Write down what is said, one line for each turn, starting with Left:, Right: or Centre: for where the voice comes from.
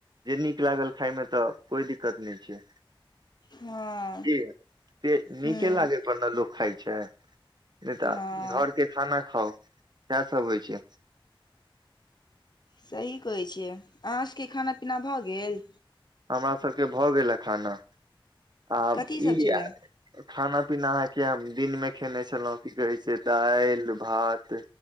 Right: जे नीक लागल खाय मे तऽ कोय दिक्कत नै छै।
Left: हँ
Right: की ये ते नीके
Left: हूँ
Right: लागे त लोक खाय छै। नै ते
Left: हँ
Right: घर के खाना खाउ, साएह सब होय छै।
Left: सही कहै छियै, अहाँ सके खाना-पीना भऽ गेल।
Right: हमरा सबके भऽ गेल ए खाना। आ
Left: कथी सब
Right: ई
Left: छलए
Right: खाना पीना अहाँके। <unintelligible> दिनमे खयने छलहुँ की कहैत छै दालि भात